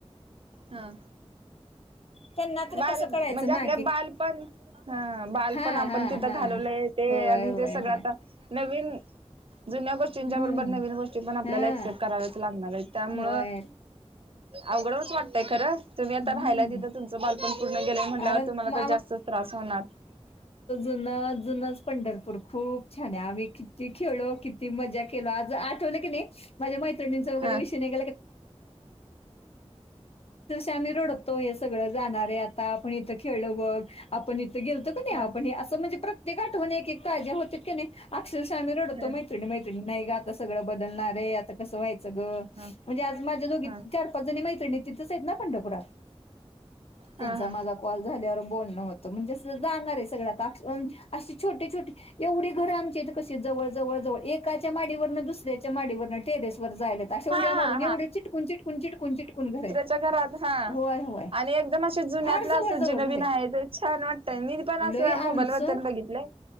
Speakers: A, on the right; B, on the left.
A: हा
B: त्यांना तर
A: बर
B: कसं
A: म्हणजे
B: कळायचं ना
A: आपले
B: की
A: बाल पण ह बाल
B: हा
A: पण आपण
B: हा
A: तिथं
B: हा
A: घालवलं ते
B: होय होय
A: ते सगळं
B: होय
A: आ नवीन जुन्या गोष्टींच्या
B: हम्म
A: बरोबर नवीन गोष्टी पण आपल्याला
B: हा
A: एक्सपेक्ट कराव्याच लागणार आहे त्यामु
B: होय
A: अवघडच वाटतय खरं तुम्ही आता
B: हम्म
A: राहिलाय तिथं तुमचं बालपण पूर्ण गेलंय म्हणल्यावर
B: कारण
A: तुम्हाला
B: म
A: तर जास्तच त्रास होणार
B: जु जुनाच पंढरपूर खूप छान आहे आम्ही किती खेळो किती मजा केलो आज आठवलं की नाही माझ्या माह मं वगैर
A: हा
B: विषय नाही <unintelligible> आ् रडतो हे सगळ जाणार आहे आता आपण इथ खेळलो बघ आपण. गेलतो का नाही
A: हा
B: आपण हे असं म्हणजे प्रत्येक आठवण एक ताज्या होत का नाही, अक्षरश आम्ही रडतो
A: हा
B: मैत्रणी -मैत्रणी नाही ग आता सगं बदलणार आहे आता कसं माहि. ं
A: हा
B: म्हणजे आज माझ्या दोघी
A: हा
B: चार पाच जणी मैत्रिणी तिथंच आहेत ना पंढरपुरात. त्यांचा
A: हा हा
B: माझा कॉल झाल्यावर, बोलणं होतं म्हणजे जाणार आहे सगळ्या अशी छोटे छोटे एवढी घरं आमची कशी, जवळ जवळ जवळ एकाच्या माडीवर दुसऱ्याच्या माडीवर टेरेस, जाय आहेत अशा
A: हा
B: उड्या
A: हा
B: मारून या उड्या चिटकून चिकून चिटकून चिटकून घर आहेत.
A: घात हा
B: होय होय
A: आणि एकदम जुन्यालं
B: फार जवळ
A: अस
B: जवळ
A: जी
B: घर
A: नवीन
B: आहेत.
A: आहे ते छान वाटत मी पण,
B: लय
A: मोबालवत्न
B: आमचं
A: बघितले